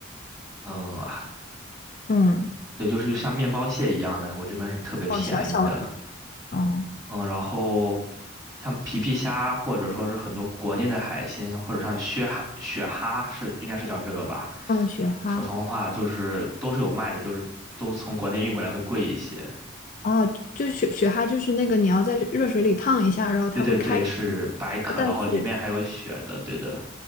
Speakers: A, on the right; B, on the left.
A: 嗯，还
B: 嗯，
A: 对，就是像面包蟹一样的，我这边是特别便宜的。
B: 哦，小小的，哦，
A: 嗯，然后像皮皮虾或者说是很多国内的海鲜，或者像雪蛤、雪蛤是应该是叫这个吧，
B: 嗯，雪蛤。
A: 普通话就是都是有卖的，就是都从国内运过来会贵一些。
B: 哦，就雪雪蛤就是那个你要在热水里烫一下，然后它会开，
A: 对对对，是白壳，
B: 它带血。
A: 然后里面还有血的，对的。